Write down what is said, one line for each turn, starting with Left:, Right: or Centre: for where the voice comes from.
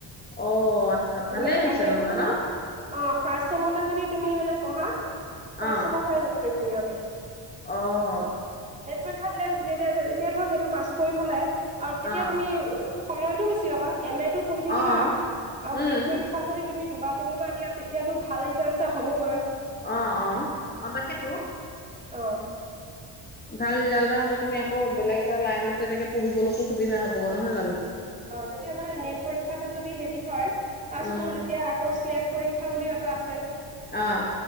Left: অ' আচ্ছা ভালেই
Right: এম এ
Left: হৈছে
Right: এম এটো
Left: নহলে
Right: মানে
Left: ন।
Right: অ', ফাৰ্ষ্ট ছেমতে যদি তুমি মানে পঢ়া- ফাষ্ট
Left: অ
Right: চেমৰ পৰাই নেট পৰীক্ষা দিব পাৰি।
Left: অ'
Right: নেট পৰীক্ষা দিলে যেতিয়া এতিয়া ধৰ সেইটো পাছ কৰি থ'লে- আৰু তেতিয়া
Left: অ
Right: তুমি উ- সময়টো বে ছি পাবা। এম এ টো পঢ়ি থাকিলা
Left: অ
Right: আৰু
Left: উম
Right: নেট পৰীক্ষা যদি তুমি দুবাৰ তিনিবাৰ দিয়া তেতিয়াতো ভাল ৰিজাল্ট এটা হ'বগৈ।
Left: অ', অ', অ', তাকেতো।
Right: আহ।
Left: ভাল ৰিজাল্ট এটা হ'লে তুমি আকৌ বেলেগ এটা লাইনত তেনেকে পঢ়িবলৈকো সুবিধা হ'বগ নহয় জানো?
Right: অ', তেতিয়া মানে নেট পৰীক্ষাটো যদি হেৰি হয় পাছ
Left: উম
Right: কৰো তেতিয়া আকৌ চিলেক্ট পৰীক্ষা বুলিও এটা আছে।
Left: আহ।